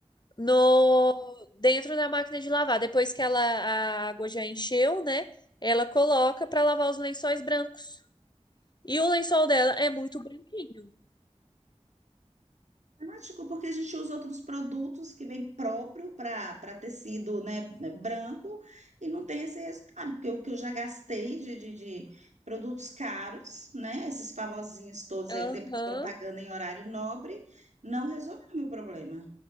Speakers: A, on the left; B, on the right.
A: No, dentro da máquina de lavar. Depois que ela, a água já encheu, né? Ela coloca para lavar os lençóis brancos. E o lençol dela é muito branquinho.
B: Prático, porque a gente usa outros produtos que vem próprio para para tecido, né, né, branco e não tem esse resultado, porque o que eu já gastei de, de, de produtos caros, né, esses famosinhos todos
A: Aham,
B: aí que tem propaganda em horário nobre, não resolveu o meu problema.